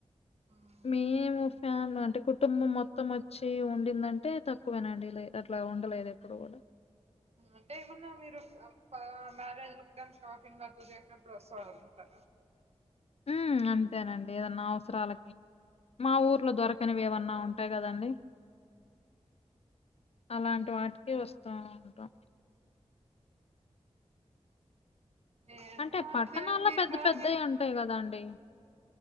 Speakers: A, on the right (about 65°); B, on the left (about 60°).
A: ఉ
B: మేము ఫ్యామిలీ అంటే కుటుంబం మొత్తం వచ్చి ఉండిందంటే తక్కువేనండి లె అట్లా ఉ ఉండలేదు ఎప్పుడు కూడా
A: అంటే ఏమన్నా మీరు మ్యారేజ్ ల గ్గాన్ షాపింగ్ అట్ల చేసినప్పుడు వస్తా ఉంటా
B: ఆ అంతేనండి ఏదన్నా అవసరాలకి మా ఊర్లో దొరకనివేవన్నా ఉంటాయి కదండి అలాంటి వాటికే వస్తా ఉంటాం
A: మేము
B: అంటే పట్టణాల్లో
A: అంతే అండి
B: పెద్ద
A: కానీ
B: పెద్దయి ఉంటాయి కదండి